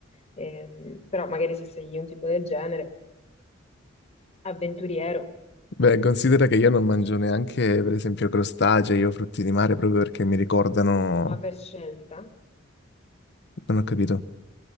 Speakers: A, on the left; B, on the left.
A: Ehm, però magari se sei un tipo del genere, avventuriero,
B: Beh, considera che io
A: ma
B: non mangio
A: per scelta,
B: neanche, per esempio, crostacei o frutti di mare proprio perché mi ricordano.
A: ma per scelta,
B: Non ho capito.